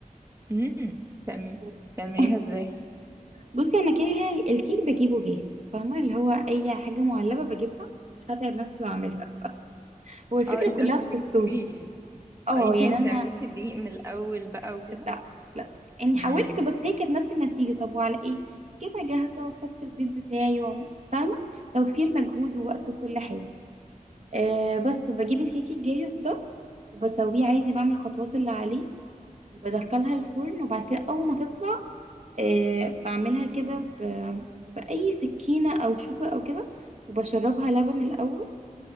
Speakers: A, on the right (about 20°); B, on the right (about 55°).
A: امم تعم...
B: <laughs>
A: تعمليها ازاي
B: بصي انا كده الكيك بجيبه جاهز فاهمه اللي هو اي حاجه معلبه بجيبها مش هتعب نفسي واعملها <laughs> هو الفكره
A: اه انت
B: كلها
A: قصدك
B: في
A: بتجيبي
B: الصوص اه
A: اه انت
B: يعني
A: ما بتعمليش
B: انا
A: الدقيق من الاول بقى وكده
B: لا لا يعني حاولت
A: امم
B: بس هي كانت نفس النتيجه طب وعلى ايه اجيبها جاهزه واحط في البيت بتاعي وأعمل- فاهمه توفير مجهود ووقت وكل حاجه أه بس بجيب الكيك الجاهز ده وبسويه عادي بعمل الخطوات اللي عليه وبدخلها الفرن وبعد كده اول ما تطلع آه بعملها كده ب... بأي سكينة أو شوكة أو كده وبشربها لبن الأول